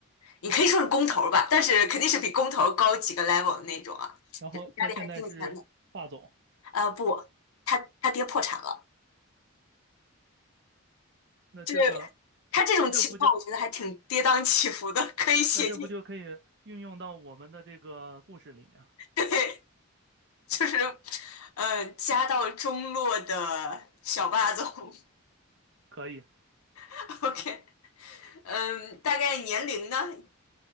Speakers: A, on the left; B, on the right.
A: 你可以说是工头儿吧，但是肯定是比工头儿高几个 level 的那种啊，
B: 然后他现在是霸总，
A: 就是家里还挺有钱的。呃，不，他他爹破产了，
B: 那这个
A: 就是他这种情况，
B: 这不就
A: 我觉得还挺跌宕起伏的，可以写进，
B: 那这不就可以运用到我们的这个故事里面了？
A: 对，就是，嗯，家道中落的小霸总。
B: 可以，
A: <laughs> OK，嗯，大概年龄呢？